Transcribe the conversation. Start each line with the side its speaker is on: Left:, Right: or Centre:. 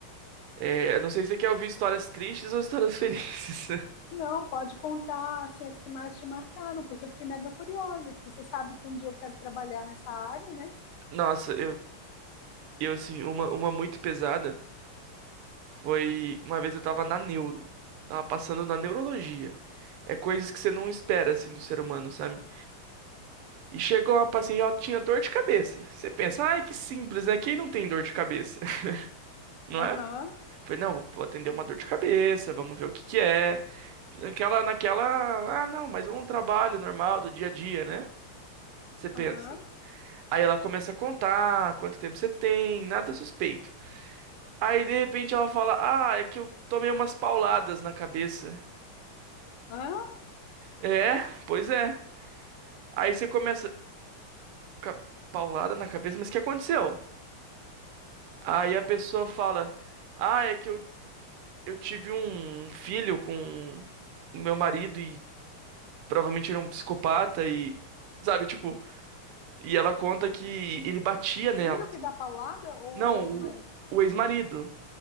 Right: É, eu não sei se você quer ouvir histórias tristes ou histórias <laughs> felizes.
Left: Não, pode contar assim, as que mais te marcaram, porque eu fiquei mega curiosa aqui. Você sabe que um dia eu quero trabalhar nessa área, né?
Right: Nossa, eu, eu assim, uma, uma muito pesada foi uma vez eu tava na neuro. Tava passando na neurologia. É coisas que você não espera, assim, do ser humano, sabe? E chegou uma paciente, ela tinha dor de cabeça. Você pensa, ai, que simples, né? Quem não tem dor de cabeça, <laughs> não
Left: Aham,
Right: é? Falei, não, vou atender uma dor de cabeça, vamos ver o que que é. Naquela, naquela, ah, não, mas é um trabalho normal do dia a dia, né? Você pensa.
Left: aham.
Right: Aí ela começa a contar quanto tempo você tem, nada suspeito. Aí de repente ela fala, ah, é que eu tomei umas pauladas na cabeça.
Left: Hã?
Right: É, pois é. Aí você começa, "Ca- paulada na cabeça, mas o que aconteceu? Aí a pessoa fala, ah, é que eu eu tive um filho com o meu marido e provavelmente ele é um psicopata e, sabe, tipo, e ela conta que ele batia
Left: O filho
Right: nela.
Left: que dá palada ou
Right: Não,
Left: o ex-marido?
Right: o, o ex-marido.